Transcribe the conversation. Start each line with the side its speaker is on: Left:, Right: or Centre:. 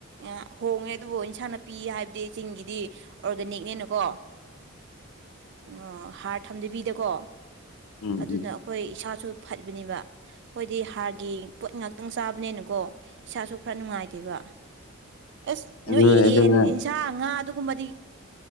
Right: ꯑ ꯍꯣꯡꯉꯦ ꯑꯗꯨꯕꯨ ꯏꯟꯁꯥꯡ ꯅꯥꯄꯤ ꯍꯥꯏꯕꯗꯤ ꯆꯤꯡꯒꯤꯗꯤ ꯑꯣꯔꯒꯥꯅꯤꯛꯅꯤꯅ ꯀꯣ ꯑ ꯍꯥꯔ ꯊꯝꯗꯕꯤꯗ ꯀꯣ
Left: ꯎꯝ
Right: ꯑꯗꯨꯅ
Left: ꯎꯝ
Right: ꯍꯣꯏ ꯏꯁꯥꯁꯨ ꯐꯠꯕꯅꯦꯕ ꯑꯩꯈꯣꯏꯗꯤ ꯍꯥꯔ ꯒꯤ ꯄꯣꯠ ꯉꯥꯛꯇꯪ ꯆꯥꯕꯅꯦꯅ ꯀꯣ ꯏꯁꯥꯁꯨ ꯈꯔ ꯅꯨꯡꯉꯥꯏꯗꯦꯕ ꯑꯁ
Left: ꯑꯗꯨ
Right: ꯅꯣꯏ
Left: ꯑꯗꯨꯅ
Right: ꯌꯦꯟ ꯑꯦꯟꯁꯥꯡ ꯉꯥ ꯑꯗꯨꯒꯨꯝꯕꯗꯤ